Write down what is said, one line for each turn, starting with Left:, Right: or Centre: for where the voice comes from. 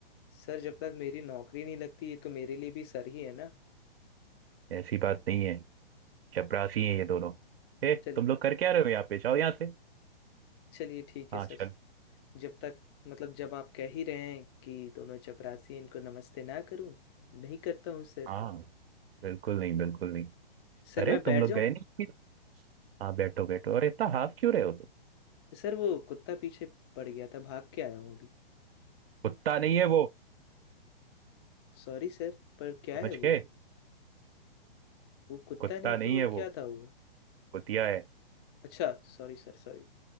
Left: सर जब तक मेरी नौकरी नहीं लगती ये तो मेरे लिए भी सर ही है ना
Right: ऐसी बात नहीं है चपरासी हैं ये दोनों ए
Left: चल
Right: तुम लोग कर क्या रहे हो यहाँ पे जाओ यहाँ से
Left: चलिए ठीक
Right: हाँ
Left: है सर
Right: चलो
Left: जब तक मतलब जब आप कह ही रहे हैं कि दोनों चपरासी इनको नमस्ते ना करूं नहीं करता हूँ सर
Right: हाँ बिल्कुल नहीं बिल्कुल नहीं
Left: सर
Right: अरे
Left: मैं
Right: तुम
Left: बैठ
Right: लोग
Left: जाऊं
Right: गए नहीं हाँ बैठो बैठो अरे इतना हाफ क्यों रहे हो तुम
Left: सर वो कुत्ता पीछे पड़ गया था भाग के आया हूँ अभी
Right: कुत्ता नहीं है वो
Left: सॉरी सर पर क्या
Right: समझ
Left: है वो
Right: गए
Left: वो कुत्ता
Right: कुत्ता
Left: नहीं
Right: नहीं
Left: तो और
Right: है
Left: क्या
Right: वो
Left: था वो
Right: कुतिया है
Left: अच्छा सॉरी सर सॉरी